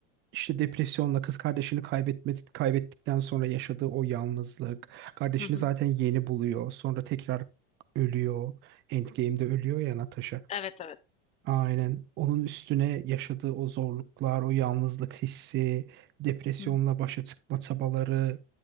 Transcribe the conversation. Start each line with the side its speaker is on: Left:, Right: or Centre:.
Right: İşte depresyonla kız kardeşini kaybetme, kaybettikten sonra yaşadığı o yalnızlık. Kardeşini
Left: Hı hı.
Right: zaten yeni buluyor. Sonra tekrar ölüyor. Endgame'de ölüyor ya Natasha.
Left: Evet, evet.
Right: Aynen. Onun üstüne yaşadığı o zorluklar, o yalnızlık hissi, depresyonla
Left: Hı,
Right: başa çıkma çabaları